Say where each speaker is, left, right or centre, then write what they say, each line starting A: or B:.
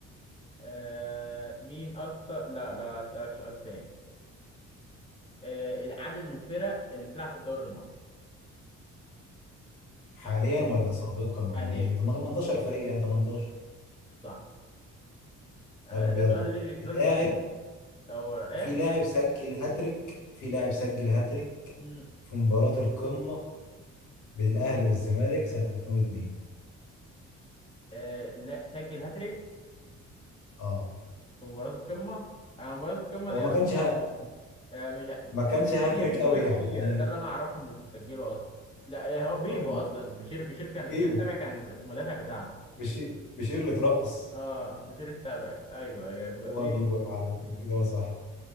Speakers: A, on the left; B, on the left.
A: آه... مين أكتر لا لا أسألك سؤال تاني آه... عدد الفرق اللي بتلعب في الدوري المصري
B: حاليا
A: ها،
B: ولا سابقا ولا
A: حاليا
B: ايه طب ما 18 فريق يعني 18
A: صح آه...
B: طب
A: ده
B: يلا
A: سؤال لوجيك
B: اللاعب
A: لوجيك أو إيه
B: في لاعب سجل هاتريك في لاعب سجل هاتريك
A: مم.
B: في مباراة القمة بين الأهلي والزمالك سنة 2002
A: آه... لا سجل هاتريك
B: اه
A: في مباراة القمة آه مباراة القمة
B: هو
A: دي يا
B: ما
A: اسطى
B: كانش ه...
A: آه، مش ع-
B: ما كانش
A: ممكن
B: هاتريك
A: يا بيبو
B: قوي
A: يا بشير
B: يعني يعني
A: ده اللي انا اعرفهم اللي بيسجلوا اصلا لا آه، هو بيبو
B: أم-
A: اصلا بشير بشير كان
B: بيبو
A: بشير التابع كان المدافع بتاعنا
B: بشي... بشير اللي اترقص
A: اه بشير التابع ايوه يا بيبو
B: هو
A: بيبو.
B: بيبو يا معلم الإجابة صح